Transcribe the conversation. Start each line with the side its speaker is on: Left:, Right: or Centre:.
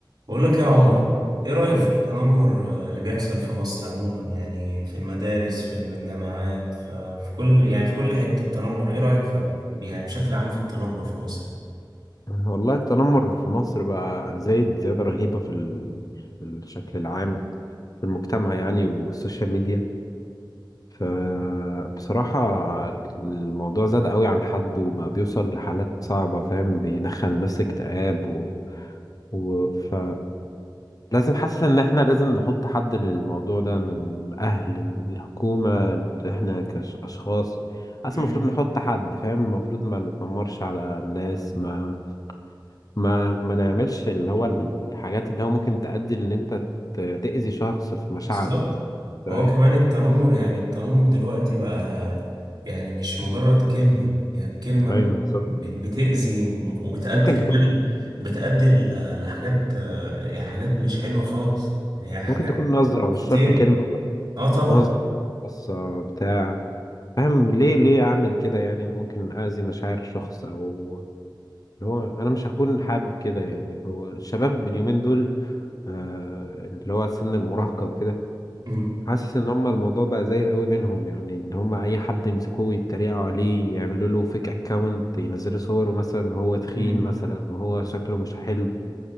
Right: بقول لك يا عمر ايه رأيك
Left: قول
Right: في التنمر
Left: لي
Right: آه، اللي بيحصل في مصر عموما يعني في المدارس في الجامعات ف- في كل يعني في كل حتة التنمر ايه رأيك في يعني بشكل عام في التنمر في مصر
Left: والله التنمر في مصر بقى زايد زيادة رهيبة في ال- في الشكل العام في المجتمع يعني والسوشيال ميديا فبصراحة الموضوع زاد قوي عن حد وبقى بيوصل لحالات صعبة فاهم بيدخل الناس اكتئاب و... و... ف لازم حاسس ان احنا لازم نحط حد للموضوع ده من الاهل الحكومة احنا كاشخاص اصلا
Right: امم
Left: المفروض نحط حد فاهم المفروض ما نتنمرش على الناس ما ما ما نعملش اللي هو الحاجات اللي هو ممكن تؤدي ان انت ت- تأذي شخص في مشاعره
Right: بالظبط
Left: او
Right: هو
Left: ايوه
Right: كمان التنمر يعني التنمر دلوقتي بقى يعني مش مجرد كلمة يعني الكلمة ب-
Left: ايوه بالظبط
Right: ب- بتأذي وم- وبتأدي
Left: ممكن
Right: كمان
Left: تكون
Right: بتأدي ل- لحاجات آه، يعني حاجات مش حلوة خالص يعني حاجات
Left: ممكن تكون نظرة مش
Right: خطيرة
Left: شرط كلمة
Right: اه طبعا
Left: نظرة بصة بتاع فاهم ليه ليه اعمل كده يعني ممكن اذي مشاعر شخص او اللي هو انا مش هكون حابب كده يعني هو الشباب اليومين دول آه، اللي هو سن المراهقة وكده
Right: امم
Left: حاسس ان هما الموضوع بقى زي قوي بينهم يعني ان هما اي حد يمسكوه يتريقوا عليه يعملوا له فيك اكونت ينزلوا صوره مثلا إن هو تخين
Right: امم
Left: مثلا وهو شكله مش حلو